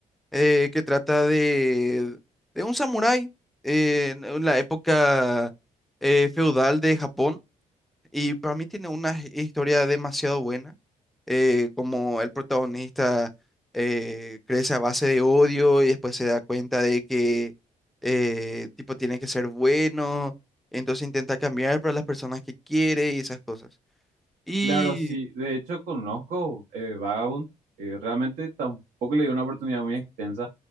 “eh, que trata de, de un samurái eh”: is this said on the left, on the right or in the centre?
Centre